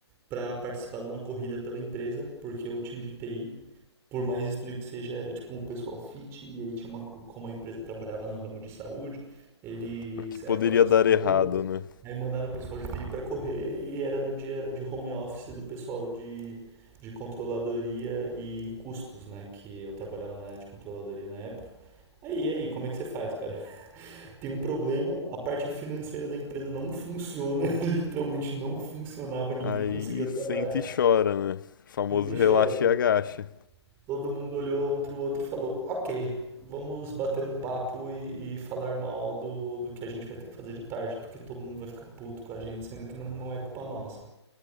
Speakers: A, on the right; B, on the left.
A: para participar de uma corrida pela empresa, porque o time de TI, por mais estranho que seja, era tipo um pessoal fit, e aí tinha uma, como a empresa trabalhava no ramo de saúde, eles
B: o que poderia
A: eram patrocinadores,
B: dar errado, né?
A: Aí mandaram o pessoal de TI para correr e era no dia de home office do pessoal de, de controladoria e custos, né? Que eu trabalhava na área de controladoria na época. Aí, e aí, como é que você faz, cara? <laughs> Tem um problema, a parte financeira da empresa não funciona, <laughs> literalmente não funcionava, ninguém
B: Aí
A: conseguia trabalhar.
B: senta e chora, né? O famoso
A: Senta e chora,
B: relaxa
A: todo
B: e agacha.
A: Todo mundo olhou um pro outro e falou: Ok, vamos bater um papo e, e falar mal do, do que a gente vai ter que fazer de tarde, porque todo mundo vai ficar puto com a gente, sendo que não, não é culpa nossa.